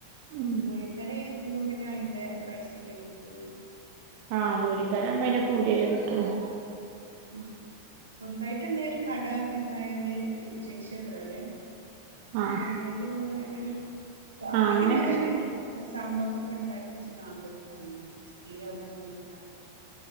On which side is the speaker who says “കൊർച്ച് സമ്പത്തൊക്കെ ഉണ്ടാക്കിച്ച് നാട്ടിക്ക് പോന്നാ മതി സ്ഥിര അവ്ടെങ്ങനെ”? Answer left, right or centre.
Right